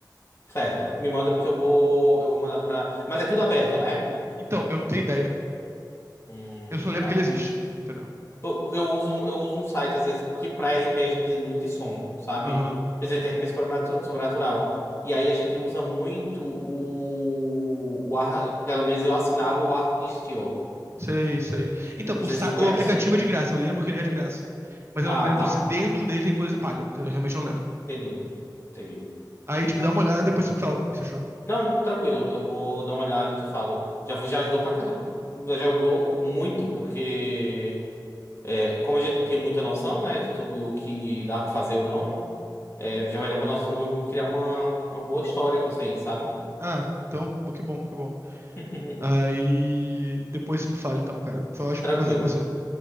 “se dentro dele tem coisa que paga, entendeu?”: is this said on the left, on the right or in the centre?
Right